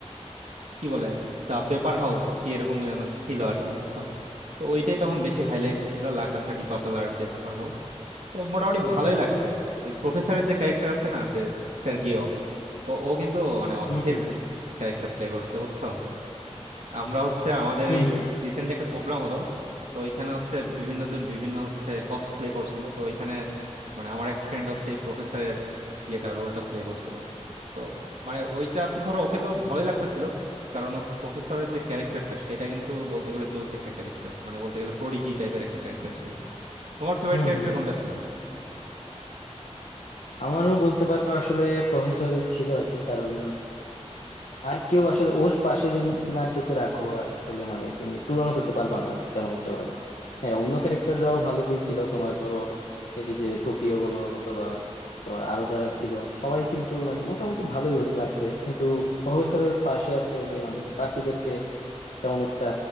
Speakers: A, on the right; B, on the left.
A: কি বলে দা পেপার হাউস কি এরকম যেন ছিল আর কি বুঝছো তো ওইটাই তখন বেশি হাইলাইট
B: হুম হুম
A: হচ্ছিল লা কাসা ডি পাপেল আর দ্য পেপার হাউস তো মোটামুটি ভালোই লাগছে ওই প্রফেসরের যে ক্যারেক্টার আছে না যে সের্গিও ও ও কিন্তু মানে অস্থির
B: হুম হুম
A: ক্যারেক্টার প্লে করছে বুঝছো আমরা হচ্ছে আমাদের
B: হুম
A: এই
B: হুম
A: রিসেন্টলি একটা প্রোগ্রাম হলো তো এখানে হচ্ছে বিভিন্ন জন বিভিন্ন হচ্ছে কসপ্লে করছিল তো এখানে মানে আমার এক ফ্রেন্ড হচ্ছে এই প্রফেসরের ইয়েটা রোলটা প্লে করছিল তো মানে ওইটাতে ধরো ওকে তো ভালোই লাগতেছিল কারণ হচ্ছে প্রফেসরের যে ক্যারেক্টারটা সেটা কিন্তু বলতে গেলে জোস একটা ক্যারেক্টার মানে বলতে গেলে প্রোডিজি টাইপের একটা ক্যারেক্টার ছিল তোমার ফেভারিট
B: হুম
A: ক্যারেক্টার
B: হুম
A: কোনটা ছিল
B: আমারও বলতে পারো আসলে প্রফেসরই ছিল আর কি কারণ আর কেউ আসলে ওর পাশে যদি তুমি আর কেউ কে রাখো আর আসলে মানে তুমি তুলনা করতে পারবা না আর কি তেমন একটা ভাবে হ্যাঁ অন্য ক্যারেক্টাররাও ভালোই ছিল তোমার ধরো এই যে টোকিও বলো অথবা তোমার আরো যারা ছিল সবাই কিন্তু মানে মোটামুটি ভালোই লাগছে কিন্তু প্রফেসরের পাশে আসলে মানে বাকিদেরকে তেমন একটা